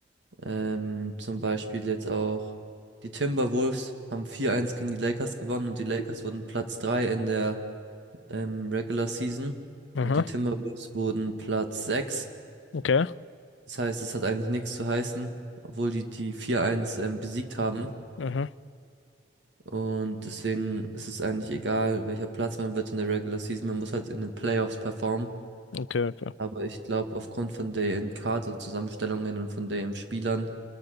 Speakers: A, on the right (about 70°); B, on the left (about 80°).
A: ähm, zum Beispiel jetzt auch die Timberwolves haben vier eins gegen die Lakers gewonnen und die Lakers wurden Platz 3 in der ähm, Regular Season
B: Aha.
A: und die Timberwolves wurden Platz sechs
B: Okay.
A: Das heißt, es hat eigentlich nichts zu heißen, obwohl die die 4-1 ähm, besiegt haben.
B: Aha.
A: Und deswegen ist es eigentlich egal, welcher Platz man wird in der Regular Season. Man muss halt in den Playoffs performen.
B: Okay, okay.
A: Aber ich glaube, aufgrund von deren Kaderzusammenstellungen und von deren Spielern